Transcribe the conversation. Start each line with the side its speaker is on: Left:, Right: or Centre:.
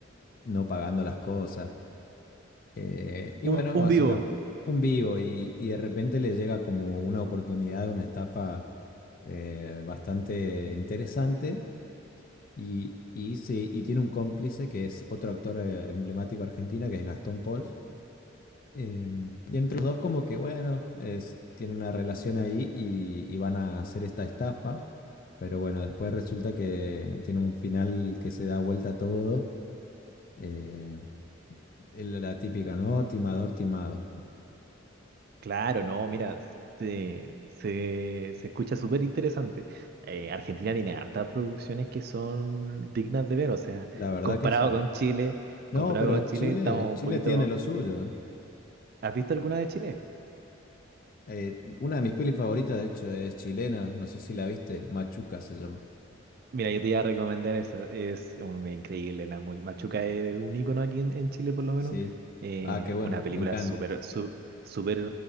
Left: no pagando las cosas. Eh, y
Right: Un,
Left: bueno,
Right: un
Left: básicamente
Right: vivo.
Left: un vivo y, y de repente le llega como una oportunidad, una estafa eh, bastante interesante y, y, sí, y tiene un cómplice que es otro actor eh, emblemático argentina que es Gastón Pauls. Em, y entre los dos como que bueno, es, tienen una relación ahí y, y van a hacer esta estafa, pero bueno, después resulta que tiene un final que se da vuelta todo, eh, el- la típica, ¿no? Timador, timado.
Right: Claro, no, mira, se, se, se escucha súper interesante. Eh, Argentina tiene hartas producciones que son dignas de ver, o sea,
Left: La verdad
Right: comparado
Left: que sí.
Right: con Chile,
Left: No,
Right: comparado
Left: pero
Right: con Chile,
Left: Chile,
Right: estamos
Left: Chile
Right: un poquito...
Left: tiene lo suyo. ¿eh?
Right: ¿Has visto alguna de Chile?
Left: Eh, una de mis pelis favoritas, de hecho, es chilena. No sé si la viste. Machuca se llama.
Right: Mira, yo te iba a recomendar esa, es un, increíble, la Mu- Machuca es un icono aquí en, en Chile por lo menos,
Left: Sí.
Right: eh,
Left: Ah, qué bueno.
Right: una película
Left: Me encanta.
Right: súper, su- súper,